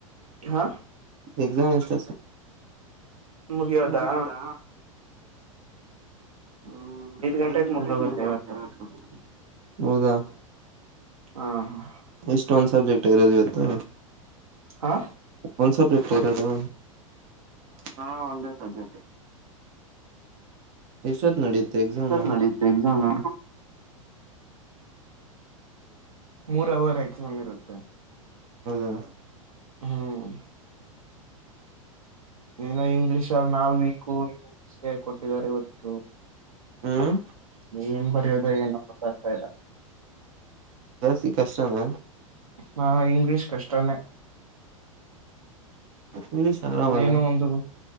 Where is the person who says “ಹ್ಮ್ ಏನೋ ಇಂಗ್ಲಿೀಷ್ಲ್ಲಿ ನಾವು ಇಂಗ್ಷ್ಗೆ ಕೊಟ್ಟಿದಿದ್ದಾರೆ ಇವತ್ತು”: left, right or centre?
Right